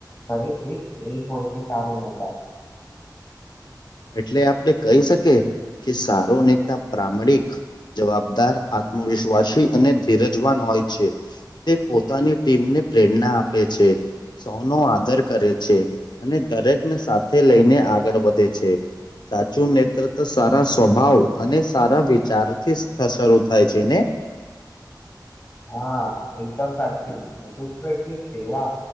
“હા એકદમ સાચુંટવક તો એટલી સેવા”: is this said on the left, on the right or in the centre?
Left